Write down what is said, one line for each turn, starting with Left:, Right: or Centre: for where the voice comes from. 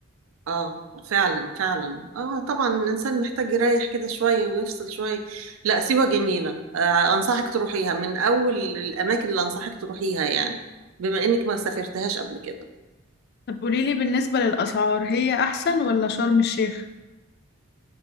Right: اه فعلا فعلا اه طبعا الانسان محتاج يريح كده شويه ويفصل شويه لا سيوه جميله آه انصحك تروحيها من اول الاماكن اللي انصحك تروحيها يعني بما انك ما سافرتهاش قبل كده
Left: طب قوليلي بالنسبة للأسعار هي أحسن ولا شرم الشيخ؟